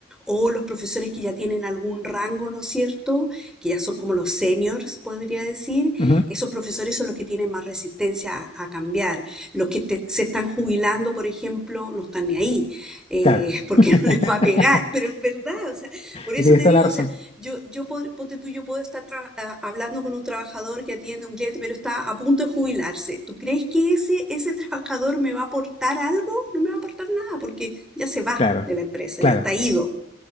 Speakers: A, in the centre; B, on the left.
A: o los profesores que ya tienen algún rango, ¿no es cierto? Que ya son como los seniors, podría decir.
B: ujú.
A: Esos profesores son los que tienen más resistencia a, a cambiar. Los que te, se están jubilando, por ejemplo, no están ni ahí, eh,
B: Claro.
A: <laughs> porque
B: <laughs>
A: no les va a pegar. Pero es verdad, o sea, por eso
B: Y tienes
A: te
B: toda
A: digo,
B: la
A: o
B: razón.
A: sea, yo, yo pod- ponte tú, yo puedo estar tra- a- hablando con un trabajador que atiende un cliente, pero está a punto de jubilarse. ¿Tú crees que ese, ese trabajador me va a aportar algo? No me va a aportar nada, porque ya se va
B: Claro,
A: de la empresa,
B: claro.
A: ya está ido